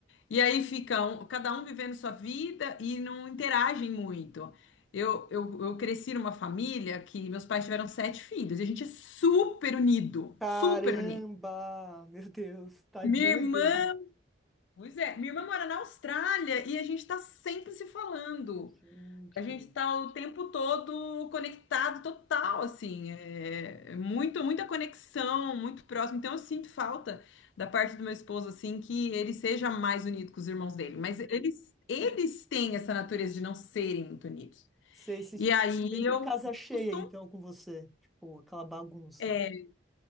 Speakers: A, on the left; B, in the centre.
A: e aí ficam cada um vivendo sua vida e não interagem muito. Eu, eu, eu cresci numa família que meus pais tiveram sete filhos, e a gente é super unido,
B: Caramba!
A: super unido.
B: Meu Deus, tadinhos
A: Minha irmã,
B: dele.
A: pois é, minha irmã mora na Austrália e a gente tá sempre se falando.
B: Gente.
A: A gente tá o tempo todo conectado, total, assim, é é muito, muita conexão, muito próximo. Então eu sinto falta da parte do meu esposo, assim, que ele seja mais unido com os irmãos dele. Mas
B: sei.
A: eles, eles têm essa natureza de não serem muito unidos.
B: Sei, se-
A: E aí
B: sempre
A: eu
B: casa cheia,
A: costumo,
B: então, com você. Tipo, aquela bagunça.
A: é,